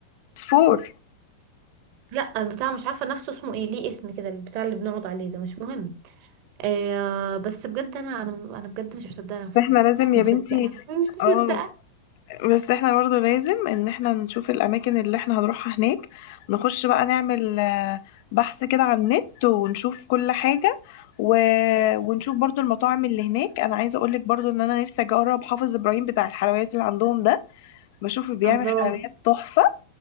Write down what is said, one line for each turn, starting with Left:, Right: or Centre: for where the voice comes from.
Left: فور
Right: لا البتاع مش عارفه نفسه اسمه ايه ليه اسم كده البتاع اللي بنقعد عليه ده مش مهم آه بس بجد انا انا انا بجد مش مصدقه نفسي
Left: احنا لازم
Right: مش
Left: يا
Right: مصدقه
Left: بنتي
Right: أنا مش مصدقه
Left: اه بس احنا برضه لازم ان احنا نشوف الاماكن اللي احنا هنروحها هناك نخش بقى نعمل آه، بحث كده على النت ونشوف كل حاجة و... ونشوف برضه المطاعم اللي هناك انا عايزة اقولك برضه ان انا نفسي اجرب حافظ ابراهيم بتاع الحلويات اللي عندهم ده بشوف بيعمل
Right: الله
Left: حلويات تحفة